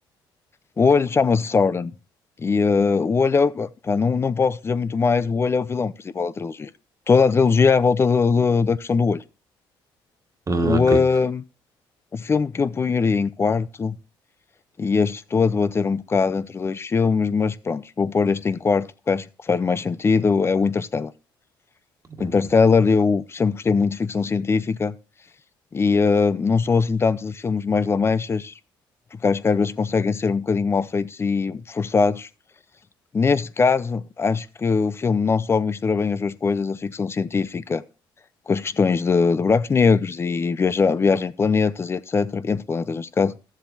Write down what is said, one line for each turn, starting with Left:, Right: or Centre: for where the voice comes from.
Left: o olho chama-se Sauron. E uh, o olho é. o- Pá, não, não posso dizer muito mais. O olho é o vilão principal da trilogia. Toda a trilogia é à volta do- do- da questão do olho.
Right: Ah,
Left: O,
Right: ok.
Left: um, o filme que eu punharia em quarto, e este todo vou ter um bocado entre dois filmes, mas pronto, vou pôr este em quarto porque acho que faz mais sentido. É o Interstellar.
Right: Hum.
Left: O Interstellar, eu sempre gostei muito de ficção científica. E eh, não sou assim tanto de filmes mais lamechas, porque acho que às vezes conseguem ser um bocadinho mal feitos e forçados. Neste caso, acho que o filme não só mistura bem as duas coisas, a ficção científica com as questões de, de buracos negros e viaja, viagem de planetas e etc., entre planetas neste caso,